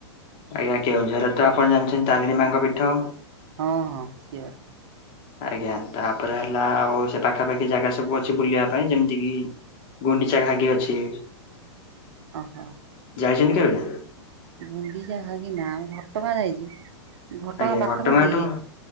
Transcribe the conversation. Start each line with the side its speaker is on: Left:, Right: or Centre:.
Left: ଆଜ୍ଞା କେଉଁଝରରେ ତ ଆପଣ ଜାଣିଛନ୍ତି ତାରିଣୀ ମାଆଙ୍କ ପୀଠ।
Right: ହଁ ହଁ ସିଓର।
Left: ଆଜ୍ଞା ତାପରେ ହେଲା ଆଉ ସେ ପାଖାପାଖି ଜାଗା ସବୁ ଅଛି ବୁଲିବା ପାଇଁ ଯେମିତି କିି ଗୁଣ୍ଡିଚା ଘାଗି ଅଛି।
Right: ଓହୋ।
Left: ଯାଇଛନ୍ତି କେବେ?
Right: ଗୁଣ୍ଡିଚା ଘାଗୀ ନା ଘଟଗାଁ ଯାଇଛି ଘଟଗାଁ
Left: ଆଜ୍ଞା
Right: ପାଖାପାଖି
Left: ଘଟଗାଁଠୁ
Right: କି?